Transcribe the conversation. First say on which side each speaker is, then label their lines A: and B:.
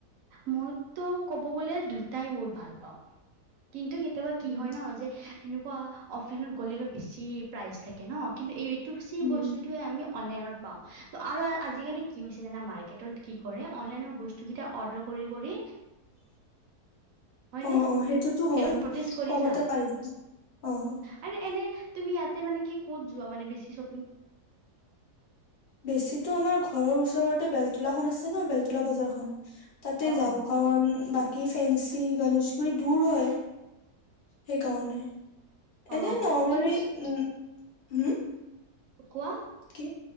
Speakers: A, on the right; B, on the left.
A: মইটো ক'ব গ'লে দুটাই বহুত ভাল পাওঁ। কিন্তু কেতিয়াবা কি
B: উম
A: হয় ন' যে এনেকুৱা অ'ফেনত গ'লে অলপ বেছি প্ৰাইজ থাকে ন' কিন্তু এই চেম
B: উম
A: বস্তুটোৱে আমি অনলাইনত পাওঁ ত' আৰু আজিকালি কি হৈছে জানা মাৰ্কেটত কি কৰে অনলাইনৰ বস্তু কেইটা অৰ্ডাৰ কৰি কৰি হয়নে
B: অ', অ', সেইটোতো হয়
A: এইটো নটিচ কৰিছা
B: কমতে পাইছোঁ অ'।
A: আৰু এনে তুমি ইয়াতে মানে কি ক'ত যোৱা মানে বেছি চ'
B: বেছিটো আমাৰ ঘৰৰ ওচৰত টো বেলতলাখন আছ ন' বেলতলা বজাৰখন তাতে
A: অ
B: যাওঁ
A: অ
B: কাৰণ বাক কি ফেঞ্চি গণেশগুৰি দূৰ হয় সেইকাৰণে
A: অ
B: এনে নৰ্মাৰী
A: কিন্তু
B: উম। হম।
A: কোৱা।
B: কি